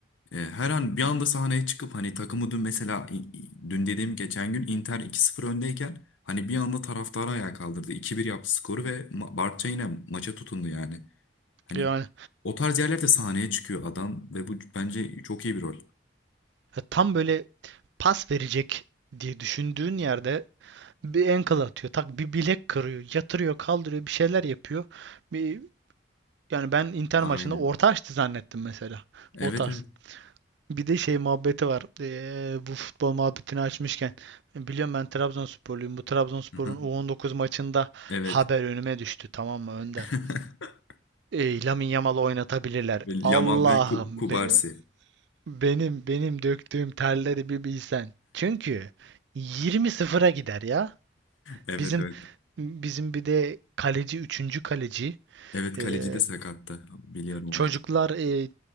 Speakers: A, on the left (about 80°); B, on the right (about 65°).
A: e, her an bir anda sahneye çıkıp hani takımı dün mesela i- i- dün dediğim geçen gün Inter 2-0 öndeyken hani bir anda taraftarı ayağa kaldırdı. iki bir yaptı skoru ve Ma- Barça yine maça tutundu yani. Hani
B: yani
A: o tarz yerlerde sahneye çıkıyor adam ve bu bence çok iyi bir rol.
B: tam böyle pas verecek diye düşündüğün yerde bir ankle atıyor, tak bir bilek kırıyor, yatırıyor, kaldırıyor, bir şeyler yapıyor. Bir Yani ben Inter
A: Aynen.
B: maçında orta açtı zannettim mesela.
A: Evet
B: O tarz.
A: evet.
B: Bir de şey muhabbeti var. Ee, bu futbol muhabbetini açmışken. Biliyorum ben Trabzonsporluyum. Bu Trabzonspor'un
A: Aha,
B: U19 maçında
A: Evet.
B: haber önüme düştü tamam mı Önder?
A: <laughs>
B: Ee, Lamine Yamal'ı oynatabilirler.
A: Ve Yamal
B: Allah'ım
A: ve Ku- Kubarsi.
B: be- benim benim döktüğüm terleri bir bilsen. Çünkü 20-0'a gider ya.
A: Evet
B: Bizim
A: evet.
B: bizim bir de kaleci üçüncü kaleci
A: Evet
B: ee,
A: kaleci de sakattı. Biliyorum o
B: Çocuklar
A: maçı.
B: e,